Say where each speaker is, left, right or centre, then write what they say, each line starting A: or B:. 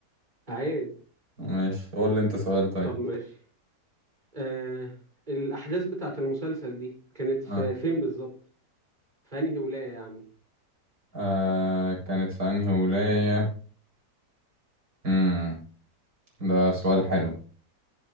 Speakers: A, on the right (about 25°); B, on the right (about 60°).
A: عيب
B: ماشي قول لي انت سؤال طيب
A: طب ماشي آه الاحداث بتاعت المسلسل دي كانت في
B: آه.
A: فين بالظبط في انهي ولاية يعني
B: آه كانت في انهي ولاية امم ده سؤال حلو